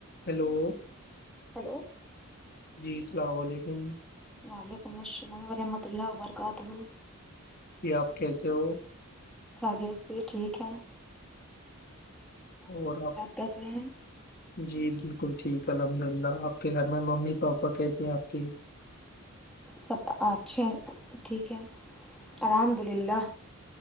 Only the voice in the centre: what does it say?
hello
وعلیکم السلام ورحمۃ اللہ وبرکاتہ
خبس یہ ٹھیک ہے
کیسے ہیں
سب اچھے ہیں سب ٹھیک ہے الحمد للہ